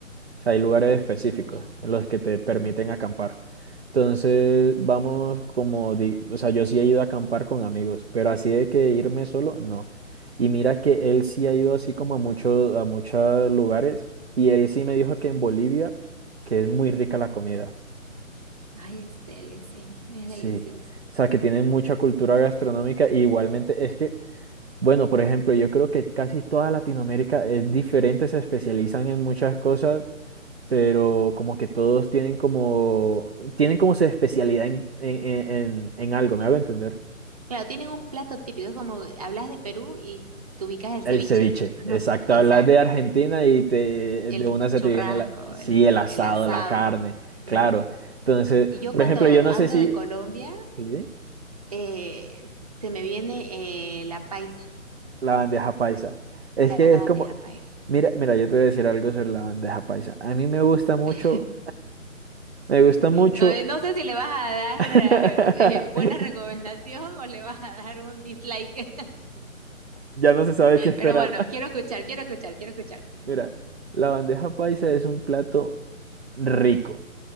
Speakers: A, on the right; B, on the right.
A: o sea, hay lugares específicos
B: Ya.
A: en los que te permiten
B: ujú.
A: acampar. Entonces, vamos como, di- o sea, yo sí he ido a acampar con amigos, pero así de que irme solo, no. Y mira que él sí ha ido así como a muchos, a muchos lugares, y él sí me dijo que en Bolivia, que es muy rica la comida.
B: Ay, es deli, sí, es
A: Sí.
B: deliciosa.
A: O sea, que tienen mucha cultura gastronómica, y igualmente es que, bueno, por ejemplo, yo creo que casi toda Latinoamérica es diferente, se especializan en muchas cosas, pero como que todos tienen como, tienen como su especialidad en, en, en, en algo, ¿me hago entender?
B: Claro, tienen un plato típico, es como hablas de Perú y te ubicas el
A: El
B: ceviche,
A: ceviche,
B: digamos,
A: exacto.
B: no sé, exacto.
A: Hablas de Argentina y te,
B: el
A: de una se
B: churrasco,
A: te viene, la, sí,
B: el,
A: el asado,
B: el asado.
A: la carne,
B: Ujú.
A: claro. Entonces,
B: Y yo
A: por
B: cuando
A: ejemplo, yo no
B: hablo
A: sé si...
B: de Colombia,
A: ¿Sí?
B: eh, se me viene eh, la paisa,
A: La bandeja paisa. Es
B: la
A: que
B: bandeja
A: es como...
B: paisa.
A: Mira, mira, yo te voy a decir algo sobre la bandeja paisa. A mí me gusta mucho,
B: <laughs>
A: me gusta mucho...
B: No, eh, no sé si le vas a dar
A: <laughs>
B: eh, eh, buena recomendación o le vas a dar un dislike,
A: Ya no se sabe
B: <laughs>
A: qué esperar.
B: pero bueno, quiero escuchar, quiero escuchar, quiero escuchar.
A: Mira, la bandeja paisa es un plato rico,